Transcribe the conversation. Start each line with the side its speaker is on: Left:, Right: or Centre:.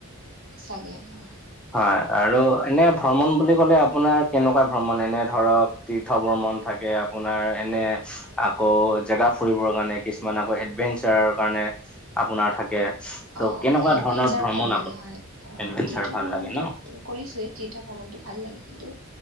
Right: চাগে অ'।
Centre: হয়, আৰু এনে ভ্ৰমণ বুলি ক'লে আপোনাৰ কেনেকুৱা ভ্ৰমণ, এনে ধৰক তীৰ্থ ভ্ৰমন থাকে আপোনাৰ এনে আকৌ জেগা ফুৰিবৰ কাৰণে কিছুমান আকৌ এডভেন্স চাৰৰ কাৰণে আপোনাৰ থাকে।
Right: অ',
Centre: ত'
Right: অ',
Centre: কেনেকুৱা
Right: এডভেঞ্চাৰ
Centre: ধৰণৰ ভ্ৰমণ
Right: ভাল লাগে
Centre: আপ
Right: হয়। অ',
Centre: এডভেঞ্চাৰ
Right: তীৰ্থ
Centre: ভাল
Right: ভ্ৰমণটো
Centre: লাগে ন
Right: কৰিছোয়েই। তীৰ্থ ভ্ৰমণটো ভাল লাগে, কিন্তু